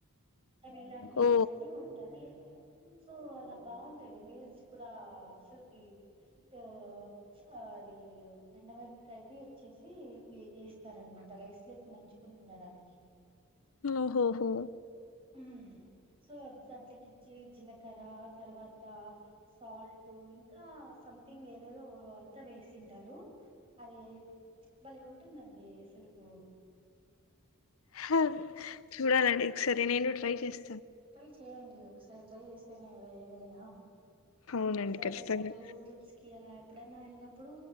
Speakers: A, on the right (about 25°); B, on the left (about 80°).
A: తమిళ్ నాడ్ మీల్స్
B: ఓ
A: అని వున్ ట్ సో అలా బాఉంటాది మీల్స్ కూడా ఆ అసల్ త్ ఆ అది ఈయి వ్ ఎండ మీరప్ కాయి ది ఇచ్చేసి వే ఎస్తారన్ మాట రైస్ లోకి నంచుకొన్ తినడానికి
B: నో ఓహో
A: ఉహ్ సో దాంట్లకి జి జీలకర్ర తర్వాత సాల్ ట్ టు ఇంకా సమ్ థింగ్ ఏదేదో ఓ అంతా వేసింటారు అది ఎర్ చ్ బలే ఉంటుందండి ఎసలకు
B: హాఁ చూడాలండి ఒక్ సారి నేను ట్రై చేస్
A: ట్రై చేయండి ఒక్ సారి ట్రై చేస్తేనే కదా ఏదైనా
B: అవునండి
A: ఈసార్
B: ఖచ్చితంగా
A: వెళ్ నప్పుడు ట్రూప్స్ కి అలా ఎప్పుడన్నా ఎళ్ నప్పుడు